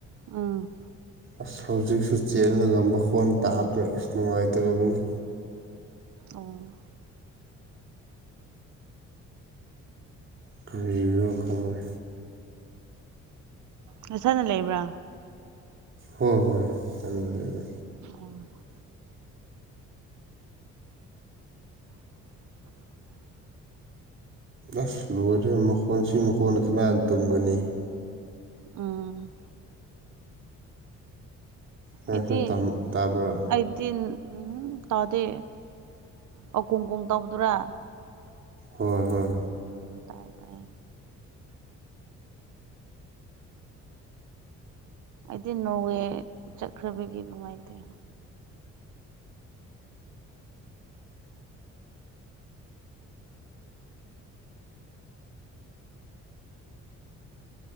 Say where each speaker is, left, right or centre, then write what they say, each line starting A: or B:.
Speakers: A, on the right; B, on the right.
A: ꯎꯝ
B: ꯑꯁ ꯍꯧꯖꯤꯛꯁꯨ ꯆꯦꯜꯂꯒ ꯃꯈꯣꯟ ꯇꯥꯕ꯭ꯔ ꯑꯁ ꯅꯨꯡꯉꯥꯏꯇꯔꯕꯅꯤ
A: ꯑꯣ
B: ꯀꯔꯤꯔꯣ ꯀꯥꯎꯔꯦ
A: ꯅꯁꯥꯅ ꯂꯩꯕ꯭ꯔꯥ
B: ꯍꯣꯏ ꯍꯣꯏ ꯇꯜꯂꯦꯗ
A: ꯑꯣ <inaudible>
B: ꯑꯁ ꯂꯣꯏꯔꯦ ꯃꯈꯣꯟ ꯁꯤ ꯃꯈꯣꯟꯅ ꯀꯅꯥꯅ ꯇꯨꯝꯒꯅꯤ
A: ꯎꯝ
B: ꯅꯪꯁꯨ
A: ꯑꯩꯗꯤ
B: ꯇꯥꯕ꯭ꯔꯥ
A: ꯑꯩꯗꯤ ꯎꯝ ꯇꯧꯗꯦ ꯑꯣ ꯀꯨꯝ ꯀꯨꯝ ꯇꯧꯗꯨꯔꯥ
B: ꯍꯣꯏ ꯍꯣꯏ
A: ꯎꯝ ꯎꯝ ꯇꯥꯏ ꯇꯥꯏ ꯑꯩꯗꯤ ꯅꯣꯔꯋꯦ ꯆꯠꯈ꯭ꯔꯕꯒꯤ ꯅꯨꯡꯉꯥꯏꯇꯦ